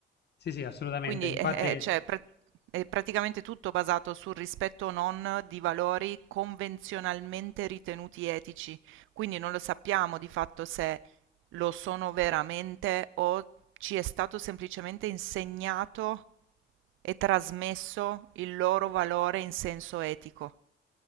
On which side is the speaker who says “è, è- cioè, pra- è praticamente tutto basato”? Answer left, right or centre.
Right